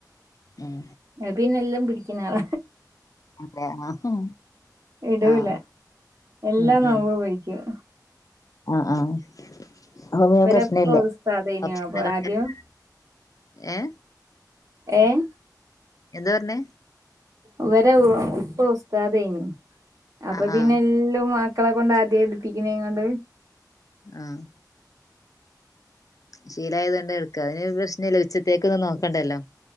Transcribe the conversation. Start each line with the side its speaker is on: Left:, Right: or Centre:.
Left: ഉം
Right: അത് പിന്നെ എല്ലാം പിടിക്കുന്നാള
Left: അതെ ആഹ്
Right: ഇടൂല
Left: ആഹ്
Right: എല്ലാ
Left: ഉം
Right: മാവു
Left: ഉം
Right: വെഴിക്കും
Left: ആഹ് ആഹ് ഹോമിയോ
Right: ഇവരെപ്പ
Left: പ്രശ്നല്ല
Right: ഉസ്താദേനു
Left: <unintelligible>
Right: അപ്പൊ ആദ്യം
Left: ഏഹ്
Right: ഏഹ്
Left: എന്താ പറഞ്ഞെ
Right: ഇവരെ ഉപ്പ ഉസ്താദേനി അപ്പൊ
Left: ആ
Right: പിന്നെ
Left: ആ
Right: എല്ലാം വ ക്കളെ കൊണ്ട് ആദ്യേ എടുപ്പിക്ണേ കൊണ്ട്
Left: ആഹ് ശീലായതോണ്ട് എടുക്ക അതിന് പ്രശ്ന ഇല്ല ഉച്ചത്തേക്കൊന്നും നോക്കണ്ടല്ലോ